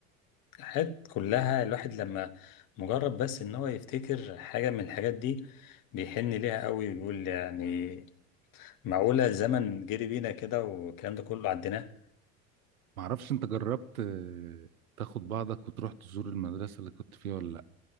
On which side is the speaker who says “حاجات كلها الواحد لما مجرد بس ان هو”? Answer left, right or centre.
Left